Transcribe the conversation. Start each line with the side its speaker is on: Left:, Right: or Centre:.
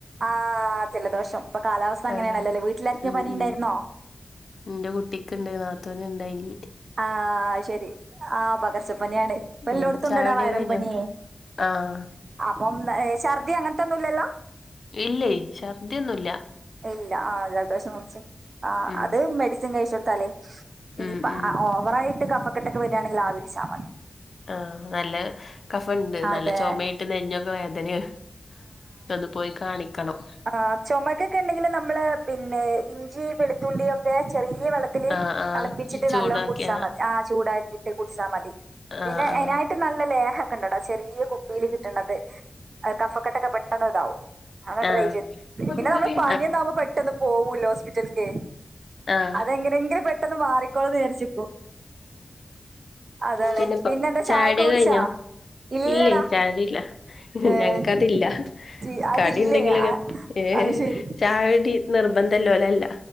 Right: ആഹ് ജലദോഷം ഇപ്പൊ കാലാവസ്ഥ അങ്ങനെയാണല്ലോല്ലേ
Left: ആഹ്
Right: വീട്ടിലാർക്കെ
Left: ഉം
Right: പനി ഇണ്ടായിരുന്നോ
Left: ഉം ഇന്റെ കുട്ടിക്ക് ഇണ്ട് നാത്തൂന്ണ്ടായിനി
Right: ആഹ് ശെരി ആഹ് പകർച്ചപ്പനിയാണ് ഇപ്പ
Left: ഉം
Right: എല്ലോടത്തുംണ്ട്ടാ
Left: ചായുടി
Right: വൈറൽ
Left: കഴിഞ്ഞോ
Right: പനി
Left: ആഹ്
Right: അപ്പം ഛർദി അങ്ങനത്തൊന്നുംല്ലല്ലോ
Left: ഇല്ലയ് ഛർദി ഒന്നുല്ല
Right: ഇല്ല ആഹ് ജലദോഷം പുടിച്ച് ആഹ്
Left: ഉം
Right: അത് മെഡിസിൻ കഴിച്ച്കൊടുത്താലേ ഇനീപ്പ
Left: ഉം ഉം
Right: ആയിട്ട് കഫക്കെട്ടൊക്കെ വരിയാണെങ്കിൽ ആവി പിടിച്ചാ മതി
Left: ആഹ് നല്ല കഫണ്ട്
Right: അതെ
Left: നല്ല ചൊമയായിട്ട് നെഞ്ചൊക്കെ വേദനയാണ് ഒന്ന് പോയി കാണിക്കണം
Right: ആഹ് ചൊമക്കൊക്കെ ഇണ്ടെങ്കിൽ നമ്മള് പിന്നെ ഇഞ്ചി വെളുത്തുള്ളി ഒക്കെ ചെറിയ വെള്ളത് ത്തില്
Left: ആഹ് ആഹ്
Right: തളപ്പിച്ചിട്ട്
Left: ചൂടാക്കി
Right: നല്ലോം കുടിച്ചാ മതി ആഹ് ചൂടാക്കി തേ കുട്ച്ചാ മതി. പിന്നെ
Left: ആഹ് ആഹ്
Right: അയ്നായിട്ട് നല്ല ലേഹക്കെ ഇണ്ടടാ ചെറീയ കുപ്പീല് കിട്ട്ണത് അത് കഫക്കെട്ടൊക്കെ പെട്ടെന്ന് ഇതാവും അതൊന്ന്
Left: ആഹ്
Right: ട്രൈ ചെയ്ത് പിന്നെ നമ്മള് പനിയൊന്നാവ്മ്പൊ പെ ട്ടെന്ന് പോവൂല്ലോ ഹോസ്പിറ്റൽക്ക്
Left: ആഹ്
Right: അതെങ്ങനെങ്കിലും പെട്ടെന്ന് മാറിക്കോളുന്ന് വിചാര്ച്ച് അതാണ്
Left: പിന്നെപ്പ
Right: പിന്നെ എന്താ
Left: ചായുടി
Right: ചായൊക്കെ
Left: ഒക്കെ
Right: കുടിച്ചാ?
Left: കഴിഞ്ഞോ
Right: ഇല്ലടാ
Left: ഇല്ലേ ചായുടില്ല
Right: ഏഹ്
Left: ഞങ്ങക്കതില്ല
Right: ചി അതില്ലേ
Left: കടി ഇണ്ടെങ്കിലൊക്കെ
Right: ആഹ്
Left: ഏഹ്
Right: അത് ശരി
Left: ചായുടി നിർബന്ധല്ലോലല്ല.